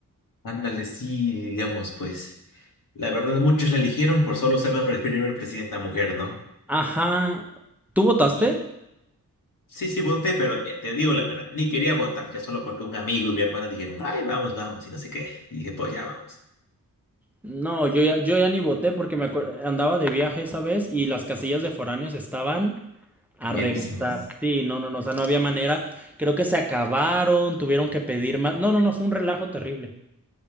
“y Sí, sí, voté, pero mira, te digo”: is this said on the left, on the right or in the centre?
Left